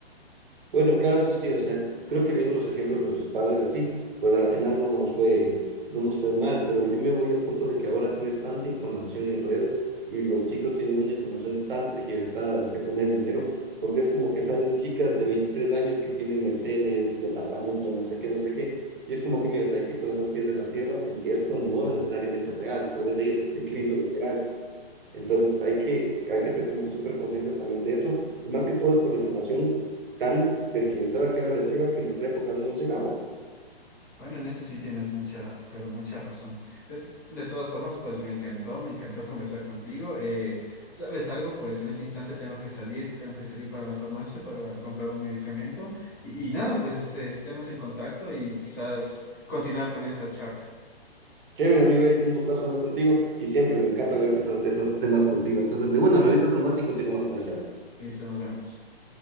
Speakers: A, on the right; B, on the left.
A: Bueno, claro, eso sí, o sea, creo que viendo los ejemplos de nuestros padres así, pues a la final no nos fue, no nos fue mal, pero yo me voy al punto de que ahora tienes tanta información en redes y los chicos tienen una información tan tergiversada de lo que es tener dinero, porque es como que salen chicas de 23 años que tienen Mercedes, departamento, no sé qué, no sé qué, y es como que, mira, o sea, hay que poner los pies en la tierra y esto no es necesariamente real, tal vez ellas estén creyendo lo real, entonces hay que, hay que ser como que súper conscientes también de eso, y más que todo es por la información tan tergiversada que ahora les llega, que en nuestra época no nos llegaba.
B: Bueno, en eso sí tienes mucha, pero mucha razón. De, t- de todas formas, pues me encantó, me encantó conversar contigo. Eh, ¿sabes algo? Pues en ese instante tengo que salir, tengo que salir para la farmacia para comprar un medicamento. Y, y nada, pues este, estemos en contacto y quizás continuar con esta charla.
A: Chévere, amigo Eric, un gustazo hablar contigo, y siempre me encanta hablar que esos, esos temas contigo. Entonces, de una, me avisas nomás y continuamos con la charla.
B: Listo, nos vemos.